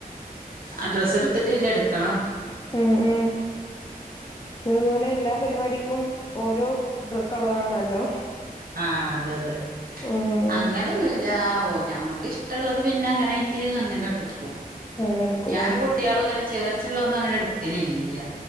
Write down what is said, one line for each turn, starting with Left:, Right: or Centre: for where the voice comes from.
Right: അഡ്രസ്സ് എടുത്ട്ടില്ല ഇട്ക്കണം.
Left: ഹേ ഹേ പോലെ എല്ലാ പരിപാടിക്കും ഓരോഡ്രാ കളറാണല്ലോ.
Right: ആഹ അതെ അതെ
Left: ഉം
Right: അങ്ങനോന്നുംല്ല പോയി. ഞമ്മക്ക് ഇഷ്ട്ടള്ളത് പിന്നെ അങ്ങനയിട്ട് അങ്ങനെട്ക്കും
Left: അങ്ങനെ എടുക്കൂലേ
Right: ഞാന് കു കുട്ട്യാളും ങ്ങനെ ചേർച്ചുള്ളതൊന്നും അങ്ങനെ എട്ക്കലില്ല